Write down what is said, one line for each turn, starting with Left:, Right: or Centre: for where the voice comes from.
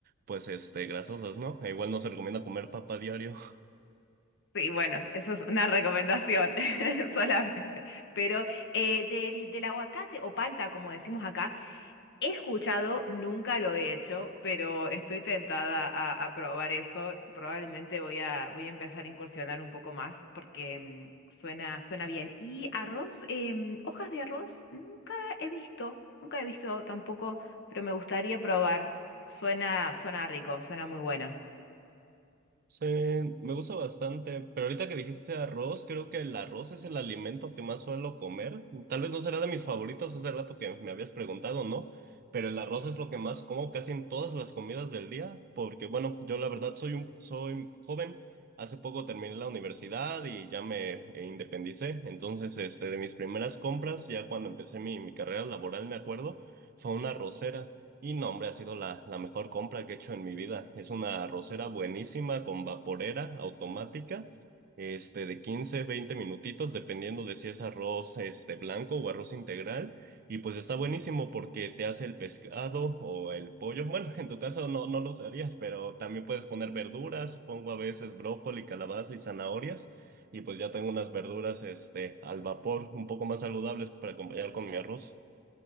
Right: pues, este, grasosas, ¿no? E igual no se recomienda comer papa diario.
Left: Sí, bueno, eso es una recomendación <laughs> solamente. Pero eh, del, del aguacate o palta, como decimos acá, He escuchado, nunca lo he hecho, pero estoy tentada a, a probar eso. Probablemente voy a, voy a empezar a incursionar un poco más porque mm, suena, suena bien. Y arroz, em, hojas de arroz, nunca he visto, nunca he visto tampoco, pero me gustaría probar. Suena, suena rico, suena muy bueno.
Right: Sí, me gusta bastante, pero ahorita que dijiste arroz, creo que el arroz es el alimento que más suelo comer. Tal vez no será de mis favoritos, hace rato que me habías preguntado, ¿no? Pero el arroz es lo que más como casi en todas las comidas del día, porque bueno, yo la verdad soy un, soy joven, hace poco terminé la universidad y ya me eh, independicé, entonces este, de mis primeras compras, ya cuando empecé mi, mi carrera laboral, me acuerdo, fue una arrocera. Y no, hombre, ha sido la, la mejor compra que he hecho en mi vida. Es una arrocera buenísima con vaporera automática, este, de 15 20 minutitos, dependiendo de si es arroz, este, blanco o arroz integral. Y pues está buenísimo porque te hace el pescado o el pollo. Bueno, <laughs> en tu caso no, no lo usarías, pero también puedes poner verduras. Pongo a veces brócoli, calabaza y zanahorias. Y pues ya tengo unas verduras, este, al vapor, un poco más saludables para acompañar con mi arroz